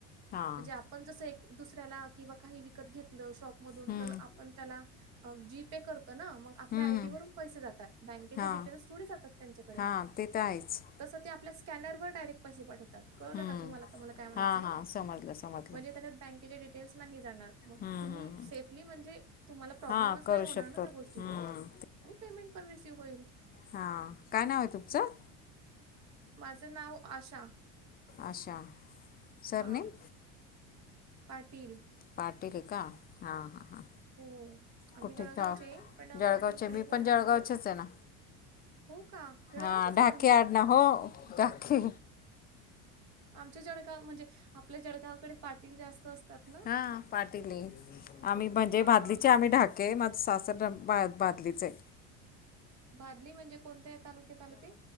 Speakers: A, on the left; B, on the right.
A: हां
B: म्हणजे पण जस एक दुसऱ्याला किंवा काही विकत घेतलं शॉप
A: हम्म
B: तर आपण त्याला जी पे करतो ना आपल्या
A: हम्म
B: आयडी वरून पैसे जातात बँकेचे
A: हां
B: डिटेल्स थोडे जातात त्यांच्याकडे.
A: हां ते तर आहेच.
B: तस ते आपल्या स्कॅनरवर डायरेक्ट पैसे पाठवतात, कळवलं
A: हम्म
B: का तुम्हाला आता मला काय म्हणायचंय.
A: हां हां समजलं समजलं
B: म्हणजे त्याच्यात बँकेचे डिटेल्स नाही जाणार म्हणजे
A: हम्म
B: तुम्ही
A: हम्म
B: नाही म्हणझे तुमाला प्रॉब्लेच
A: हां करू
B: नाही होणार
A: शकतो
B: ना त्या गोष्टी
A: हम्म
B: आणि पेमेंट पण रिसिव्ह होईल.
A: हा काय नाव आहे तुमचं?
B: माझं नाव आशा.
A: अच्छा सरनेम
B: हा पाटील.
A: पाटील का हां हां हां.
B: हो आम्ही
A: कुठे
B: जळगावचे
A: जॉब
B: पण अ,
A: जळगावचे
B: आम्ही इकडे
A: मी
B: पुण्यामध्ये
A: पण जळगावचेच आहे ना.
B: हो का. जळगावचेच
A: हा
B: आहेत
A: डाके
B: तुम्ही
A: आडनाव, हो डाके.
B: आमच्या जळगाव म्हणजे आपल्या जळगावकडे. पाटील जास्त असतात ना
A: हा पाटील ल आम्ही म्हणजे
B: हां
A: भादली
B: हां
A: चें आम्ही डाके. हे माझा सासर भ भदलीच आहे.
B: भादली म्हणजे कोणत्या तालुक्यात आलं ते.